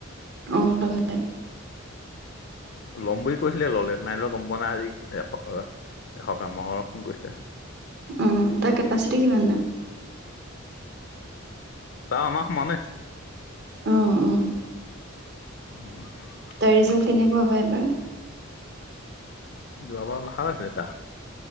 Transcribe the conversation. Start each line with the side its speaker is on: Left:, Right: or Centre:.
Right: অে <unintelligible>
Left: ল'ম বুলি কৈছিলে ললে নাই ল গম পোৱা নাই আজি এ্ত এসপ্তাহ মত ফোন কৰিছে
Right: অ তাৰ কেপাচিটি কিমান দ
Left: তা আমাক সমানে
Right: আহঁ অঁ
Left: উম <inaudible>
Right: তাৰ ৰিজাল্ট কেনেকুৱা হ'বা এবাৰ
Left: যোৱাবাৰ ভাল আছে এটা